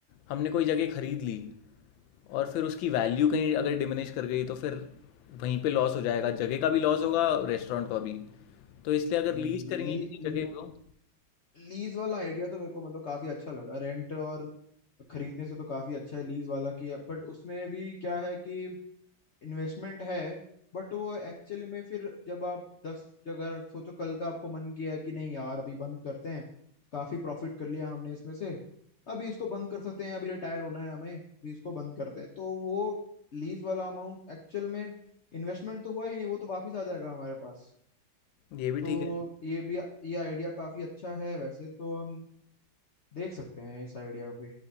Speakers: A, on the left; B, on the left.
A: हमने कोई जगह खरीद ली और फिर उसकी वैल्यू कहीं अगर डिमिनिश कर गई तो फिर वहीं पे लॉस हो जाएगा जगह का भी लॉस होगा रेस्टोरेंट का भी तो इसलिए अगर
B: हम्म
A: लीज़ करेंगे
B: ली,
A: किसी
B: ली-
A: जगह को
B: लीज वाला आइडिया तो मेरे को मतलब काफी अच्छा लगा रेंट और खरीदने से तो काफी अच्छा है लीज वाला की बट उसमें भी क्या है कि इन्वेस्टमेंट है बट वो एक्चुअली में फिर जब आप दस जगह सोचो कल का आपको मन किया कि नहीं यार अभी बंद करते हैं काफी प्रॉफिट कर लिया हमने इसमें से अभी इसको बंद कर सकते हैं अभी रिटायर होना है हमें अभी इसको बंद करते हैं तो वो लीज वाला अमाउंट एक्चुअल में इन्वेस्टमेंट तो हुआ ही नहीं वो तो वापिस आ जाएगा हमारे पास
A: ये भी
B: तो
A: ठीक है
B: ये भी ये आइडिया काफी अच्छा है वैसे तो हम देख सकते हैं इस आइडिया पे